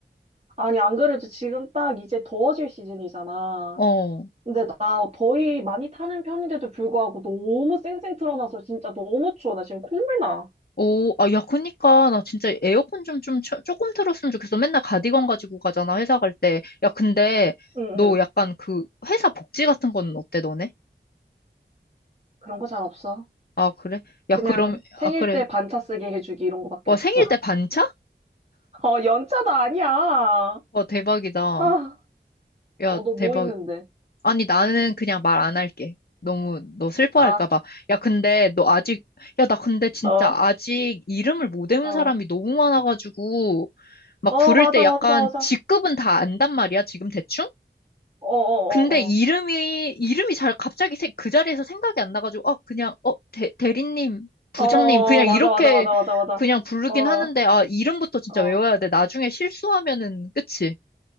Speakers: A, on the right; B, on the left.
A: 아니, 안 그래도 지금 딱 이제 더워질 시즌이잖아.
B: 어.
A: 근데 나 더위 많이 타는 편인데도 불구하고 너무 쌩쌩 틀어놔서 진짜 너무 추워. 나 지금 콧물 나.
B: 오, 아, 야, 그니까, 나 진짜 에어컨 좀, 좀, 쳐- 조금 틀었으면 좋겠어. 맨날 가디건 가지고 가잖아, 회사 갈 때. 야, 근데,
A: 응,
B: 너
A: 응.
B: 약간 그, 회사 복지 같은 건 어때, 너네?
A: 그런 거 잘 없어.
B: 아, 그래? 야,
A: 그냥
B: 그럼,
A: 생일
B: 아, 그래.
A: 때 반차 쓰게 해주기 이런 거밖에
B: 와,
A: 없어.
B: 생일 때 반차?
A: <laughs> 어, 연차도 아니야.
B: 와, 대박이다.
A: 아,
B: 야,
A: 어, 너
B: 대박.
A: 뭐 있는데?
B: 아니, 나는 그냥 말 안 할게. 너무, 너 슬퍼할까
A: 아,
B: 봐. 야, 근데 너 아직, 야, 나 근데 진짜
A: 어,
B: 아직 이름을 못 외운
A: 어.
B: 사람이 너무 많아가지고, 막
A: 어,
B: 부를
A: 맞아,
B: 때 약간
A: 맞아, 맞아.
B: 직급은 다 안단 말이야, 지금 대충?
A: 어, 어,
B: 근데
A: 어,
B: 이름이,
A: 어.
B: 이름이 잘 갑자기 생- 그 자리에서 생각이 안 나가지고, 아, 그냥, 어, 대, 대리님, 부장님,
A: 어, 어,
B: 그냥
A: 어. 맞아,
B: 이렇게
A: 맞아, 맞아, 맞아, 맞아.
B: 그냥 부르긴
A: 어.
B: 하는데, 아, 이름부터 진짜
A: 어,
B: 외워야 돼. 나중에 실수하면은, 그치?